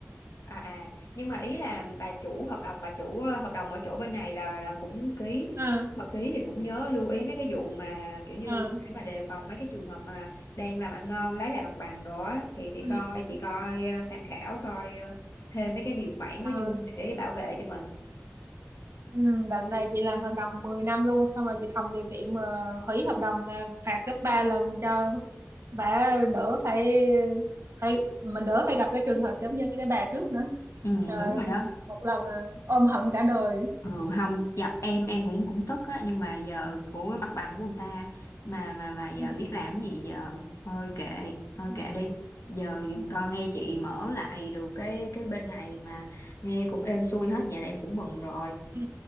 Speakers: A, on the left (about 70°); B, on the right (about 60°).
A: à à nhưng mà ý là bà chủ hợp đồng bà chủ ờ, hợp đồng ở chỗ bên này là là cũng ký
B: à,
A: Lúc mà ký thì cũng nhớ lưu ý mấy cái vụ mà kiểu như
B: à,
A: để mà đề phòng mấy cái trường hợp mà đang làm ăn ngon lấy lại mặt bằng đó á. thì thì
B: ừ,
A: coi chị coi ờ, tham khảo coi ờ, thêm mấy cái điều khoản
B: ừ,
A: đó vô để bảo vệ cho mình
B: ừ. đợt này chị làm hợp đồng 10 năm luôn xong rồi chị thầm điều kiện mà hủy hợp đồng là phạt gấp ba lần cho bà đỡ phải phải mình đỡ phải gặp cái trường hợp giống như cái bà trước nữa
A: Ừ,
B: Trời,
A: đúng rồi
B: ơi,
A: đó.
B: một lần à, ôm hận cả đời
A: Ừ, không gặp em em cũng cũng tức á nhưng mà giờ của cái mặt bằng của người ta mà mà mà giờ
B: ừ,
A: biết làm gì giờ thôi kệ thôi
B: ừ,
A: kệ đi giờ dùm
B: ừ.
A: con nghe chị mở lại được cái cái bên này mà nghe cũng êm xuôi hết vậy là em cũng mừng rồi
B: ừ.